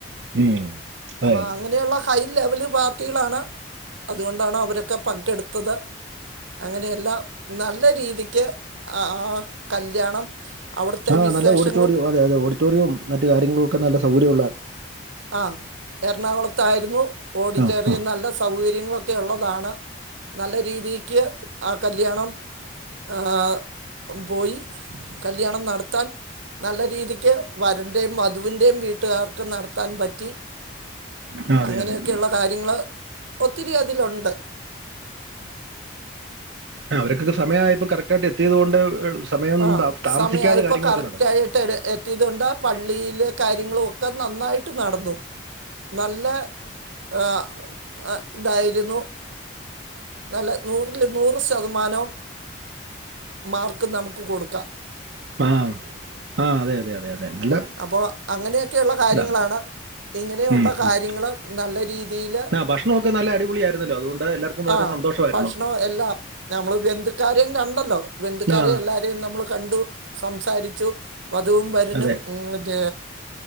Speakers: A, on the right; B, on the right.
A: ഉം അതെ
B: അപ്പൊ
A: അതെ
B: അങ്ങനെയുള്ള ഹൈ ലെവല് പാർട്ടികളാണ് അതുകൊണ്ടാണ് അവരൊക്കെ പങ്കെടുത്തത് അങ്ങനെയെല്ലാം നല്ല രീതി ക്ക് ആഹ് കല്യാണം അവിടുത്തെ
A: ആഹ്
B: വിശേഷങ്ങളും
A: നല്ല ഓഡിറ്റോറിയം അതെ അതെ ഓഡിറ്റോറിയൊം മറ്റ് കാര്യങ്ങളൊക്കെ നല്ല സൗകര്യള്ള
B: ആഹ് എർണാകൊളത്തായിരുന്നു ഓഡിറ്റോറിയം
A: ആ ആ
B: നല്ല സൗകര്യങ്ങളൊക്കെ ഉള്ളതാണ് നല്ല രീതിക്ക് ആഹ് കല്യാണം ആഹ് പോയി കല്യാണം നടത്താൻ നല്ല രീതിക്ക് വരന്റേം വധുവിന്റെ വീട്ടുകാർക്ക് നട ത്താൻ പറ്റി
A: ആ അതെ
B: അങ്ങനെയൊക്കെയുള്ള
A: അതെ
B: കാര്യങ്ങള് ഒത്തിരി അതിലുണ്ട്
A: ആഹ് അവരൊക്കൊക്ക സമയമായപ്പം കറക്റ്റായിട്ട് എത്തിയത് കൊണ്ട് സമയം
B: ആഹ്
A: താ- താമസിക്കാതെ
B: സമയായപ്പൊ
A: കാര്യങ്ങളൊക്കെ
B: കറക്റ്റായിട്ട്ടെ
A: നടന്നു
B: എ പറ്റിയതുകൊണ്ട പള്ളിയിലെ കാര്യങ്ങളു ഒക്കെ നന്നായിട്ട് നടന്നു നല്ല ഏഹ് ഏഹ് ഇതായിരുന്നു നല്ല നൂറില് നൂറ് ശതമാനവും മാർക്ക് നമുക്ക് കൊടുക്ക
A: ആഹ് ആഹ് അതെ അതെ അതെ അതെ നല്ല
B: അപ്പോ അങ്ങനെയൊക്കെയുള്ള കാര്യങ്ങളാണ്
A: ഇതാ
B: ഇങ്ങനെയുള്ള
A: ഉം, ഉം.
B: കാര്യങ്ങള് നല്ല രീതിയില്
A: ആ ഭക്ഷണമൊക്കെ നല്ല അടിപൊളിയായിരുന്നല്ലോ അതുകൊണ്ട് എല്ലാവർക്കും വളരെ
B: ആഹ്
A: സന്തോഷമായിരുന്നു
B: ഭക്ഷ്ണോം എല്ലാം നമ്മള് ബന്ധുക്കാരെം കണ്ടല്ലൊ ബന്ധുക്കാരെ
A: ആ
B: എല്ലാരെ നമ്മള് കണ്ടു സംസാരിച്ചു വധുവും വരനും
A: അതെ
B: മറ്റേ